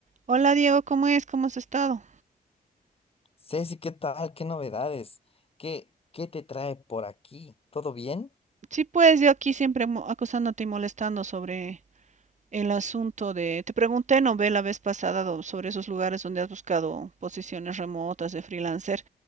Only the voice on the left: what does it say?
Ceci, ¿qué tal? ¿Qué novedades? ¿Qué, qué te trae por aquí? ¿Todo bien?